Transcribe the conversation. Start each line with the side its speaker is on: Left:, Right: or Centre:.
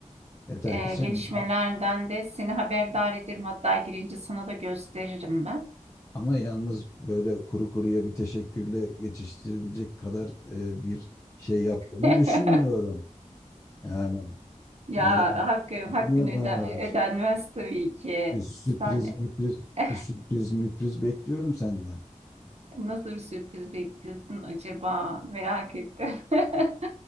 Left: Yeter
Right: Ee,
Left: ki sen
Right: gelişmelerden
Left: yap.
Right: de seni haberdar ederim. Hatta girince sana da gösteririm ben.
Left: Ama yalnız böyle kuru kuruya bir teşekkürle geçiştirilecek kadar e, bir şey yaptığımı
Right: <laughs>
Left: düşünmüyorum. Yani
Right: Ya
Left: e,
Right: hakkı, hakkını
Left: bilmiyorum
Right: öde-
Left: ha,
Right: ödenmez tabii ki.
Left: bir sürpriz
Right: Sen
Left: müpriz
Right: <laughs>
Left: bir sürpriz müpriz bekliyorum senden.
Right: nasıl bir sürpriz bekliyorsun acaba? Merak ettim. <laughs>